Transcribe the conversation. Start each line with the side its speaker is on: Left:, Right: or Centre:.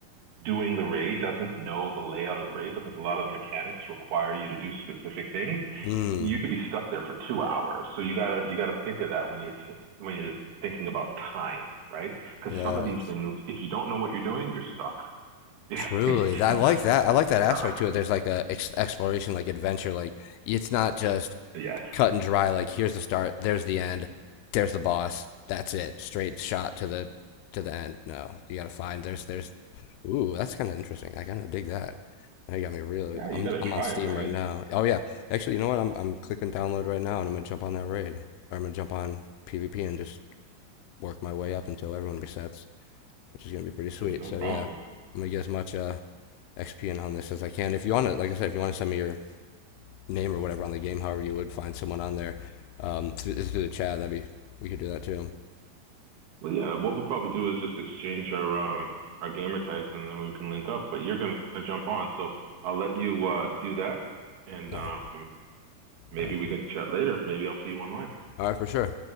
Right: doing the raid doesn't know the layout of the raid, because a lot of the mechanics require you to do specific things,
Left: Mm.
Right: you could be stuck there for two hours. So you gotta you gotta think of that when you're t when you're thinking about time, right? Because
Left: Yes.
Right: some of these things, if you don't know what you're doing, you're stuck. <laughs> You're
Left: Truly. That- I like
Right: just
Left: that. I like that aspect
Right: stuck.
Left: to it. There's like a ex exploration, like adventure. Like it's not just
Right: Yes.
Left: cut and dry. Like here's the start. There's the end. There's the boss. That's it. Straight shot to the to the end. No, you gotta find. There's there's Ooh, that's kind of interesting. I kind of dig that. Now you got me really.
Right: Yeah, you
Left: I'm
Right: gotta
Left: I'm
Right: try
Left: on Steam
Right: it, man.
Left: right now. Oh yeah, actually, you know what? I'm I'm clicking download right now, and I'm gonna jump on that raid, or I'm gonna jump on PvP and just work my way up until everyone resets, which is gonna be pretty sweet.
Right: Ain't No
Left: So
Right: problem.
Left: yeah, I'm gonna get as much uh XP in on this as I can. If you wanna, like I said, if you wanna send me your name or whatever on the game, however you would find someone on there, um, through, through the chat, that'd be we could do that too.
Right: Well, yeah, what we'll probably do is just exchange our um our gamer tags and then we can link up. But you're gonna jump on, so I'll let you uh do that and um
Left: All right,
Right: maybe
Left: all right,
Right: we can chat later. Maybe I'll see you online.
Left: all right for sure.